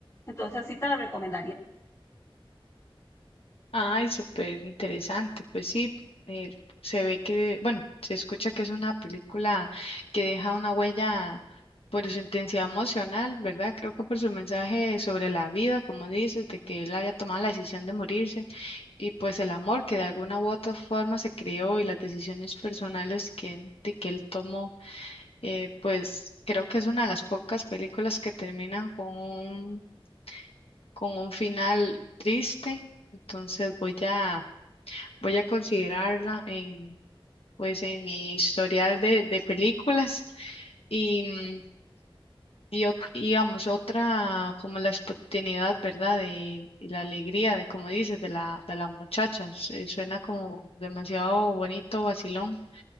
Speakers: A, on the left; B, on the left.
A: entonces sí te la recomendaría.
B: Ay, súper interesante. Pues sí, eh, se ve que, bueno, se escucha que es una película que deja una huella por su intensidad emocional, ¿verdad? Creo que por su mensaje sobre la vida, como dices, de que él había tomado la decisión de morirse y pues el amor que de alguna u otra forma se creó y las decisiones personales que, de que él tomó, eh, pues creo que es una de las pocas películas que terminan con un, con un final triste. Entonces voy a Voy a considerarla en, pues, en mi historial de, de películas y, mm, y, ot- y, digamos, otra como la espontaneidad, ¿verdad? De, y la alegría, de como dices, de la, de la muchacha. Se- Suena como demasiado bonito, vacilón.